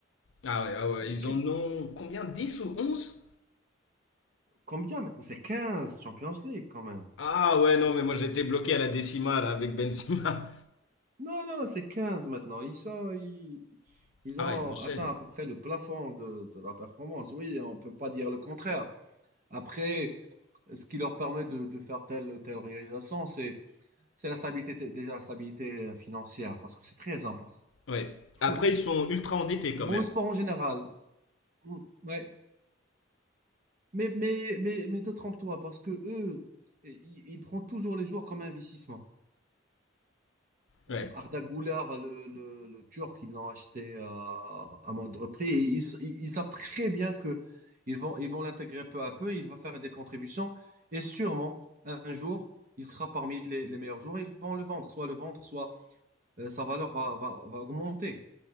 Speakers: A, on the left; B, on the right.
A: Ah ouais, ah ouais, ils
B: Qu-
A: en ont combien? Dix ou onze
B: combien maintenant C'est 15 Champions League quand même.
A: Ah ouais, non, mais moi j'étais bloqué à la décimale avec Benzema.
B: Non, non, non, c'est 15 maintenant. Ils, sont, ils,
A: <laughs>
B: ils
A: Ah,
B: ont
A: ils enchaînent.
B: atteint à peu près le plafond de, de la performance. Oui, on ne peut pas dire le contraire. Après, ce qui leur permet de, de faire telle telle réalisation, c'est, c'est la stabilité, t- déjà la stabilité euh, financière, parce que c'est très important.
A: Ouais.
B: Foot.
A: Après, ils sont ultra endettés quand
B: Dans
A: même.
B: le sport en général, mm, ouais, Mais, mais, mais, mais te trompe-toi, parce que eux, i- ils, prennent toujours les joueurs comme investissement.
A: Ouais.
B: Euh, Arda Güler, le, le, le Turc, ils l'ont acheté à, à moindre prix. Et ils, ils- ils savent très bien que ils vont, ils vont l'intégrer peu à peu, il va faire des contributions. Et sûrement, un jour, il sera parmi les, les meilleurs joueurs. Ils vont le vendre, soit le vendre, soit euh, sa valeur va, va, va augmenter.